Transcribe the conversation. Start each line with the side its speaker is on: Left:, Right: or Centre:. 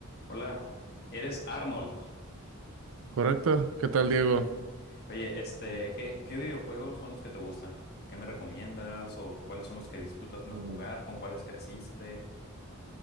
Left: Hola, eres Arnold.
Right: Correcto. ¿Qué tal,
Left: Sí.
Right: Diego?
Left: Oye, este, ¿qué, qué videojuegos son los que te gustan? ¿Qué me recomiendas? ¿O cuáles son los que disfrutas más
Right: Mm,
Left: jugar? ¿Con cuáles creciste?